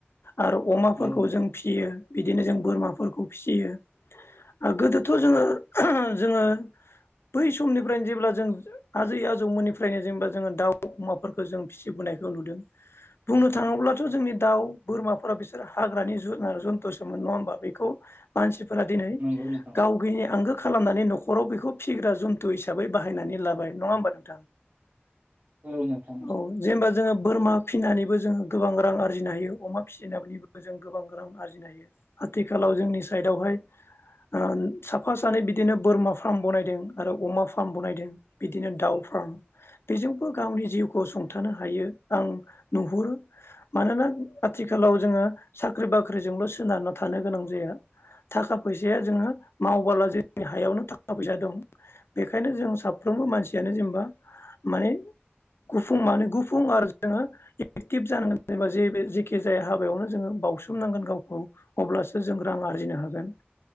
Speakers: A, on the left; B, on the right.
A: आरो अमाफोरखौ
B: औ नोंथां
A: जों फियो बिदिनो जों बोरमाफोरखौ फियो आ गोदोथ' जोङो <unintelligible> जोङो बै समनिफ्रायनो जेब्ला जों आजै आजौमोननिफ्रायनो जेनेबा जोङो दाउ अमाफोरखो जों फिसिबोनायखौ नुदों बुंनो थाङोब्लाथ' जोंनि दाउ बोरमाफोरा बिसोर हाग्रानि जुनार जन्थुसोमोन नङा होमबा बेखौ मानसि फोरा दिनै
B: नंगौ नोंथां
A: गाव <unintelligible> आंगो खालामनानै न' हराव बेखौ फिग्रा जुन्थु हिसाबै बाहायनानै लाबाय नङा होमबा नोंथां।
B: औ नोंथां
A: औ जेनेबा जोङो बोरमा। फिनानैबो जोंङो गोबां रां आरजिनो हायो अमा फिसिनानैबो जों गोबां रां आरजिनो हायो आथिखालाव जोंनि साइदावहाय ओ साफा सानै बिदिनो बोरमा फार्म बनाय। दों आरो अमा फार्म बनायदों बिदिनो दाउ फार्म बेजोंबो गावनि जिउखौ सुंथानो हायो आं नुहुरो मानोना आथिखालाव जोङो साख्रि बाख्रिजोंल' सोनारना थानो गोनां जाया थाखा फैसाया जोङो मावबोला जोंनि हायावनो थाखा फैसा दं। बेखायनो जों साफ्रोमबो मानसियानो जेनेबा माने गुफुं माने गुफुं आरो जोङो एकटिभ जानांगोन जेनेबा जे जेखि जाया हाबायावनो जोङो बावउसोमनांगोन गावखौ अब्लासो जों रां आरजिनो हागोन।